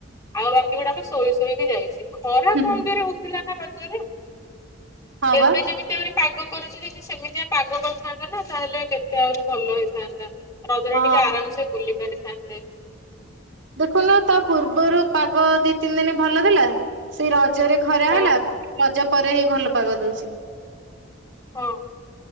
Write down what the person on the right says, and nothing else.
ହୁଁ,
ହଁ
ବା।
ହଁ
ଦେଖନ ତା ପୂର୍ବରୁ ପାଗ ଦି ତିନି ଦିନ ଭଲ ଦେଲା। ସେଇ ରଜରେ ଖରା
ହେଲା, ରଜ ପରେ ହେଇ ଭଲ ପାଗ ଦେଉଛି।